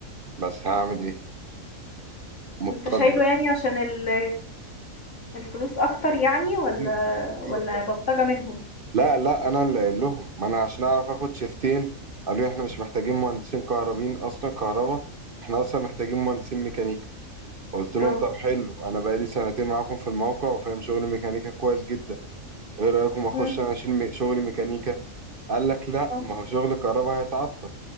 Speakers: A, on the right; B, on the left.
A: بس هعمل ايه مضطر
B: انت شايله
A: بقى
B: يعني عشان ال- الفلوس اكتر يعني ولا
A: ايوه
B: ولا
A: أيوة طبعا
B: بلطجه منهم
A: لا لا انا اللي قايل لهم ما انا عشان اعرف اخد شيفتين قالوا لي احنا مش محتاجين مهندسين كهربين اصلا كهرباء احنا اصلا محتاجين مهندسين ميكانيكا قلت لهم
B: اه
A: طب حلو انا بقالي سنتين معاكم في الموقع وفاهم شغل ميكانيكا كويس جدا ايه رايكم اخش
B: مم.
A: انا اشيل مي- شغل ميكانيكا قال لك لا
B: آه.
A: ما هو شغل كهرباء هيتعطل